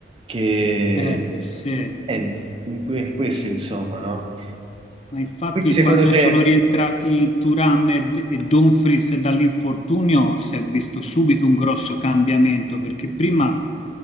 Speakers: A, on the right; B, on the left.
A: che...
B: Eh, eh, sì.
A: È questo, insomma, no?
B: Ma infatti
A: Quindi secondo
B: quando
A: te...
B: sono rientrati Turam e, D- e Dumfries dall'infortunio si è visto subito un grosso cambiamento perché prima